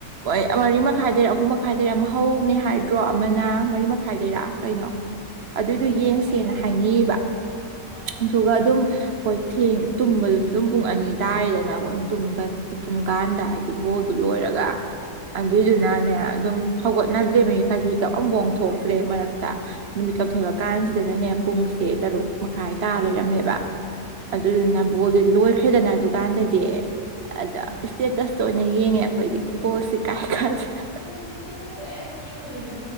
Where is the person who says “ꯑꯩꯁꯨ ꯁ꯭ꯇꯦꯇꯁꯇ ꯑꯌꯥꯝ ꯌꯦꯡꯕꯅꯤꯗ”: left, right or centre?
Left